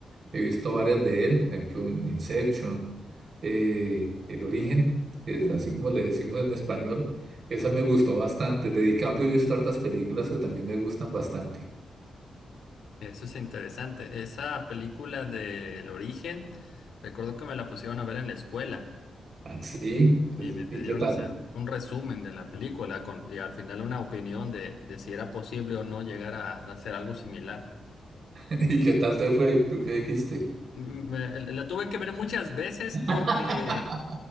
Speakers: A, on the right; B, on the left.
A: He visto varias de él, por ejemplo Inception, eh, El Origen, que es así como le decimos en español. Esa me gustó bastante. De DiCaprio he visto hartas películas que también me gustan bastante.
B: Eso es interesante. Esa película de El Origen, recuerdo que me la pusieron a ver en la escuela
A: Ah, Sí, es-
B: y me pidieron
A: ¿y qué tal?
B: hacer un resumen de la película con, y al final una opinión de, de si era posible o no llegar a hacer algo similar.
A: <laughs> ¿Y qué tal te fue? ¿Tú qué dijiste?
B: Me- la tuve que ver muchas veces
A: <laughs>
B: porque